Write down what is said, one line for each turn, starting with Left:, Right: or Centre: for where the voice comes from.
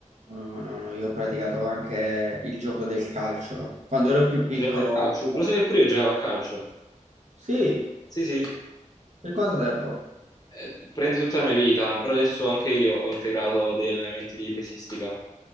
Right: no, no, no, io ho praticato anche il gioco del calcio. Quando ero più piccolo...
Left: Giocavi a calcio? Lo sai che pure io giocavo a calcio.
Right: Sì,
Left: Sì, sì,
Right: per quanto tempo?
Left: Eh, prendi tutta la mia vita, però adesso anche io ho integrato degli allenamenti di pesistica.